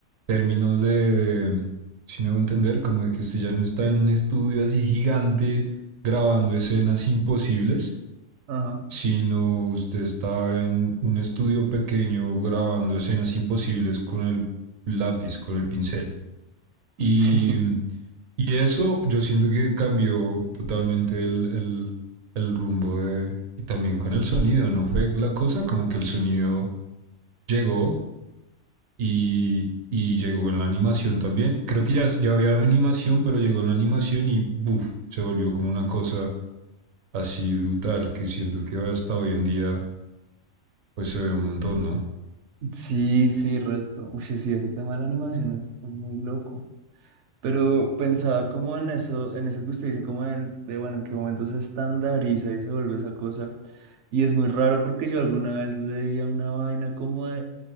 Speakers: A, on the right (about 80°); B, on the right (about 70°).
A: términos de, de- si me hago entender, como de que usted ya no está
B: sí,
A: en un estudio así gigante grabando escenas imposibles,
B: ajá.
A: sino usted está en un estudio pequeño grabando escenas imposibles con el lápiz, con el pincel. Y,
B: Sí,
A: y eso yo siento que cambió totalmente el, el- el rumbo de... Y también con el sonido, ¿no fue la cosa? Como que el sonido llegó y, y llegó en la animación también. Creo que ya, ya había animación, pero llegó en la animación y buf, se volvió como una cosa así brutal que siento que hasta hoy en día pues se ve un montón, ¿no?
B: <laughs> sí, sí, resto. Uy, sí, ese tema de la animación es, es muy loco. Pero pensaba como en eso, en eso que usted dice, como el de, bueno, en qué momento se estandariza y se vuelve esa cosa. Y es muy raro porque yo alguna vez leía una vaina como de